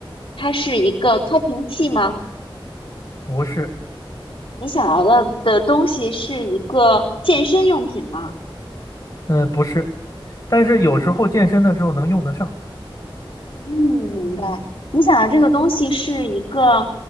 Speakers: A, on the left (about 85°); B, on the left (about 45°).
A: 它是一个开瓶器吗？
B: 不是，
A: 你想到的的东西是一个健身用品吗？
B: 呃，不是，但是有时候健身的时候能用得上。
A: 嗯，明白。你想到这个东西是一个